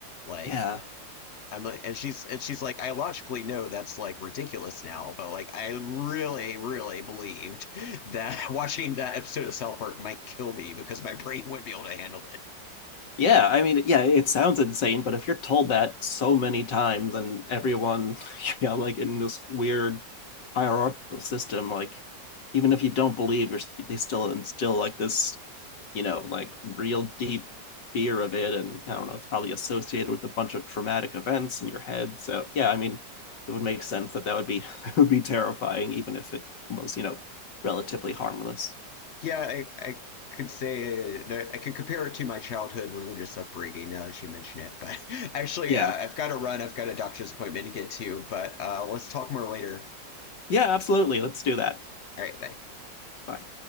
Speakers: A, on the left; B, on the left.
A: Like,
B: Yeah.
A: I'm like, and she's and she's like, I logically know that's like ridiculous now, but like I really, really believed that <laughs> watching that episode of South Park might kill me because my brain wouldn't be able to handle it.
B: Yeah, I mean, yeah, it sounds insane, but if you're told that so many times and everyone, <laughs> yeah, like in this weird hierarchical system, like even if you don't believe, you're, they still instill like this, you know, like real deep fear of it. And I don't know, it's probably associated with a bunch of traumatic events in your head. So yeah, I mean, it would make sense that that would be <laughs> it would be terrifying, even if it was, you know, relatively harmless.
A: Yeah, I, I could say no, I could compare it to my childhood religious upbringing now that you mention it. But <laughs> actually,
B: Yeah,
A: uh, I've got to run. I've got a doctor's appointment to get to. But uh, let's talk more later.
B: yeah, absolutely. Let's do that.
A: All right, bye.
B: Bye.